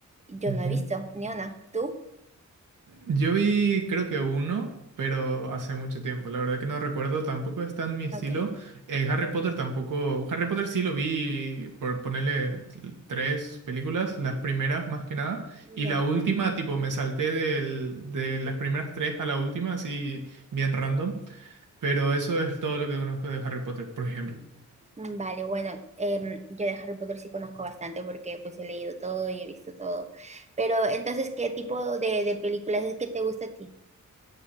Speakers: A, on the right (about 20°); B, on the right (about 75°).
A: Yo
B: Ujú.
A: no he visto, ni una. ¿Tú?
B: Yo vi, creo que uno, pero hace mucho tiempo. La verdad que no recuerdo, tampoco está en mi estilo.
A: Ok.
B: Eh, Harry Potter tampoco. Harry Potter sí lo vi por ponerle t- tres películas, las primeras más que nada. Y
A: Ya.
B: la última, tipo, me salté del- de las primeras tres a la última, así bien random. Pero eso es todo lo que conozco de Harry Potter, por ejemplo.
A: Mm, Vale, bueno, em, yo de Harry Potter sí conozco bastante porque pues he leído todo y he visto todo. Pero entonces, ¿qué tipo de, de películas es que te gusta a ti?